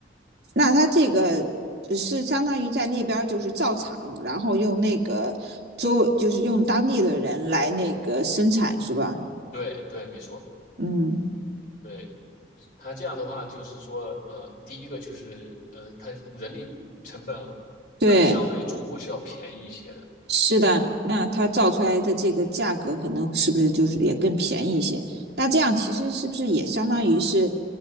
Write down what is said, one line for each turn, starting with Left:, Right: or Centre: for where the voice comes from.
Right: 那它这个是相当于在那边就是造厂，然后用那个周就是用当地的人来那个生产是吧？
Left: 对对，没错，
Right: 嗯，
Left: 对他这样的话，就是说，呃，第一个就是，呃，他人力成本啊
Right: 对，
Left: 可能相对于中国是要便宜一些的，
Right: 是的。那它造出来的这个价格可能是不是就是也更便宜一些？那这样其实是不是也相当于是，